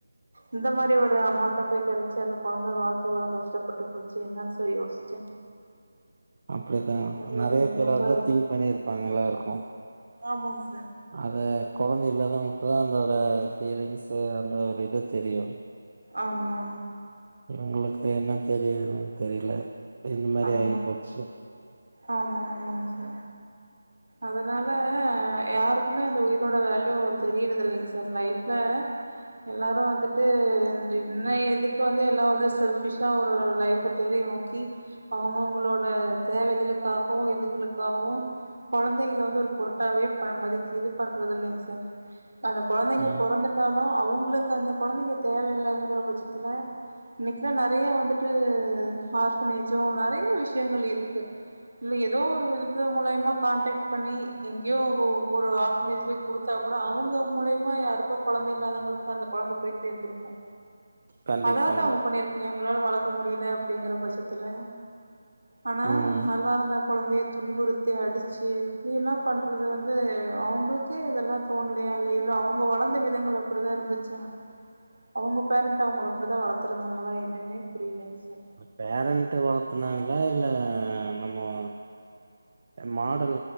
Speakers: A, on the right; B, on the right.
A: இந்த மாரி ஒரு அம்மாட்ட போய் கெடைச்சி அந்த குழந்தை வாழ்க்க எவ்வளவு கஷ்டப்பட்டு போச்சு என்ன சார் யோசிச்சே
B: அப்டிதா
A: அது
B: நெறைய பேரா
A: ரொம்ப
B: இருந்தா திங்க் பண்ணிருப்பாங்க எல்லா இருக்கு
A: ஆமாங்க சார்
B: அது கொழந்தை இல்லாதவங்களுக்குதா அந்தோட ஃபீலிங்ஸ அந்த ஒரு இது தெரியு
A: ஆமா
B: இவங்களுக்கு என்ன தெரியதுன்னு தெரியல இந்த மாரி
A: ஆமா
B: ஆகி போச்சு
A: ஆமா ஆமாங்க சார் அதனால யாருக்கு அந்த உயிரோட வேல்யூ தெரியுது இல்லைங்க சார் லைஃப்ல எல்லாரு வந்துட்டு இன்ன இதுக்கு வந்து எல்லா வந்து செல்பிஷா ஒரு ஒரு லைஃப் <unintelligible> நோக்கி அவங்க அவங்களோட தேவைகளுக்காகவு இதுகளுக்காகவு கொழந்தைகள வந்து ஒரு பொருட்டாவே ப மதிக்க இது பண்றது இல்லைங்க சார் அந்த கொழந்தைங்க
B: ம்
A: பொறந்துட்டாலு அவங்களுக்கு அந்த கொழந்தைங்க தேவ இல்லங்கிற பட்சத்துல இப்ப நெறைய வந்துட்டு ஹார்பனேஜும் நறைய விஷயங்கள் இருக்கு இல்ல ஏதோ ஒரு விதத்த மூலியமா கான்டக்ட் பண்ணி எங்கேயோ ஒரு ஆர்ப்னேஜலயே குடுத்தா கூட அவங்க மூலியமா யாருக்கோ கொழந்த இல்லாதவங்களுக்கு அந்த கொழந்த பேய் சேந்திரும்
B: கண்டிப்பாங்க
A: அதாவது அவங்க பண்ணிருக்குமே உங்களால வளக்க முடியல அப்டிங்கற பட்சத்துல ஆனா
B: ம்
A: நல்லா இருந்த கொழந்தையை துன்புறுத்தி அடிச்சு இப்டி எல்லா பண்றது வந்து அவங்களுக்கே இதெல்லா தோணலையா இல்லைய இல்ல அவங்க வளந்த விதங்கள் அப்படிதா இருந்துச்சா அவங்க பேரண்ட் அவங்கள அப்டி தா வளத்துருந்தாங்களா என்னன்னே புரியலங்க சார்
B: பேரண்ட் வளத்துனாங்களா இல்ல நம்மோ மாடல்